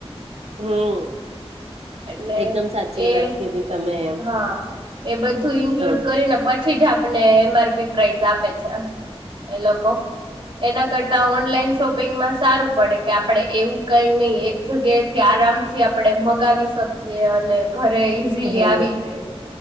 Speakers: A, on the right (about 70°); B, on the right (about 55°).
A: હમ,
B: એટલે
A: એકદમ સાચી
B: એ
A: વાત કીધી તમે એમ
B: હા એ બધું ું ઇન્ક્લુડ
A: હ
B: કરીને પણ પછી જ આપને એમઆરપી પ્રાાઈઝ આપે છે એ લોકો એના કરતા ઓનલાઈન શોપિંગમાં સારું પડે કે આપડે એવું કઈ નહી એક જગ્યા થી આરામથી આપણે મગાવી શકીએએ અને ઘરે ઇઝીલી
A: હ
B: આવે. વી જાય.